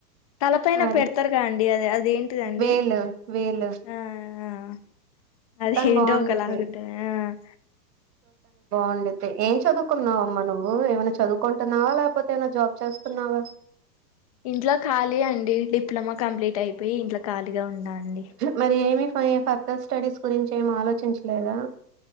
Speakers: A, on the left (about 25°); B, on the right (about 75°).
A: తలపైన
B: అదే
A: పెడతారుగా అండి అదే అదేంటి. అండి
B: వేలు వేలు
A: ఆహ్ ఆహ్ అది
B: కానీ
A: ఏంటో
B: బాగుండిద్ది
A: ఒకలాగుంటాది ఆహ్
B: ఉండిదే ఏం చదువుకున్నావు అమ్మ నువ్వు ఏమైనా చదువుకుంటున్నావా లేకపో కాకపోతే ఏమైనా జాబ్ చేస్తున్నావా.
A: ఇంట్లో ఖాళీ అండి. డిప్లొమా కంప్లీట్ అయిపోయి ఇంట్లో ఖాళీగా ఉన్నా. అండి
B: మరి ఏమి. ఫర్దర్ స్టడీస్ గురించి ఏం ఆలోచించలేదా.